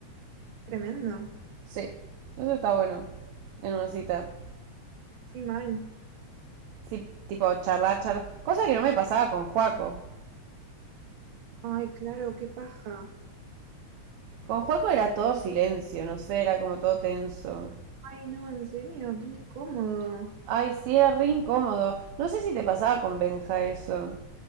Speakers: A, on the right; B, on the right.
A: tremendo.
B: sí, eso está bueno en una cita.
A: Sí, mal.
B: Sí, tipo charlar, charlar. Cosa que no me pasaba con Juaco.
A: Ay, claro, qué paja.
B: Con Juaco era todo silencio, no sé, era como todo tenso.
A: Ay, no, en serio, qué incómodo.
B: Ay, sí, era re incómodo. No sé si te pasaba con Benja eso.